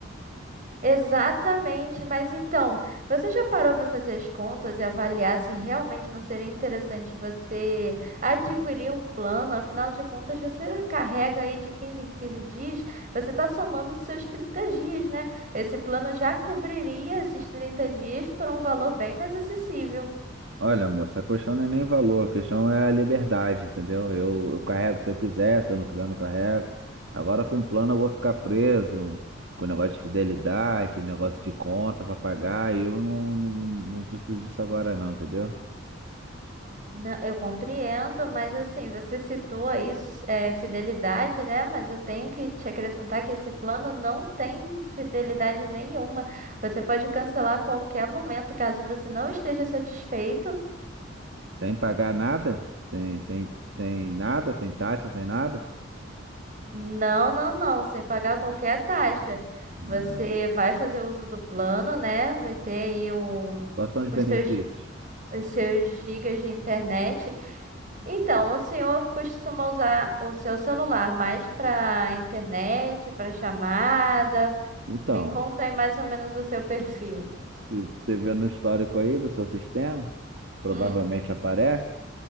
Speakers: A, on the right (about 40°); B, on the right (about 60°).
A: Exatamente, mas então, você já parou para fazer as contas e avaliar se realmente não seria interessante você adquirir um plano? Afinal de contas, você carrega aí de 15 em 15 dias, você está somando os seus 30 dias, né? Esse plano já cobriria esses 30 dias por um valor bem mais acessível.
B: Olha, moça, a questão não é nem valor, a questão é a liberdade, entendeu? Eu, eu carrego se eu quiser, se eu não quiser, não carrego. Agora com o plano eu vou ficar preso, com negócio de fidelidade, negócio de conta pra pagar, e eu não, não, não preciso disso agora não, entendeu?
A: Não, eu compreendo, mas assim, você citou aí é, fidelidade, né? Mas eu tenho que te acrescentar que esse plano não tem fidelidade nenhuma. Você pode cancelar a qualquer momento, caso você não esteja satisfeito.
B: Sem pagar nada? Sem, sem, sem nada, sem taxa, sem nada?
A: Não, não, não, sem pagar qualquer taxa. Você
B: Ah,
A: vai fazer uso do plano, né? Vai ter aí o-
B: quais são os benefícios?
A: os seus, os seus gigas de internet. Então, o senhor costuma usar o seu celular mais para internet, para chamada?
B: Então,
A: Me conta aí mais ou menos o seu perfil.
B: se você vê no histórico aí do seu sistema, provavelmente
A: Hum.
B: aparece.